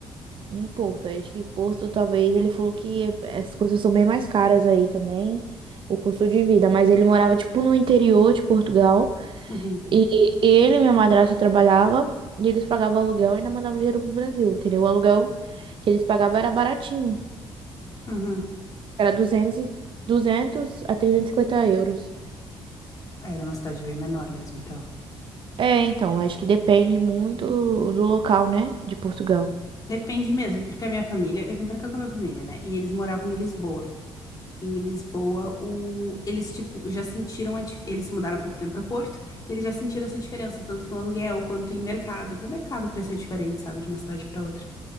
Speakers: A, on the right (about 55°); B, on the left (about 40°).
A: Em Porto, acho que Porto, talvez, ele falou que as coisas são bem mais caras aí também, o custo de vida. Mas ele morava, tipo, no interior de Portugal.
B: Uhum,
A: E ele, minha madrasta, trabalhava e eles pagavam aluguel e ainda mandavam dinheiro pro Brasil, entendeu? O aluguel que eles pagavam era baratinho,
B: uhum.
A: era duzentos e- 200 a 350 euros.
B: Ah, Era uma cidade bem menor mesmo, então.
A: É, então, acho que depende muito do local, né, de Portugal.
B: Depende mesmo, porque a minha família, eu vim pra cá com a minha família, né? E eles moravam em Lisboa. E Em Lisboa, o... eles tipo já sentiram a... dif- eles se mudaram há pouco tempo pra Porto, e eles já sentiram essa diferença, tanto no aluguel quanto em mercado. Até mercado o preço é diferente, sabe, de uma cidade pra outra.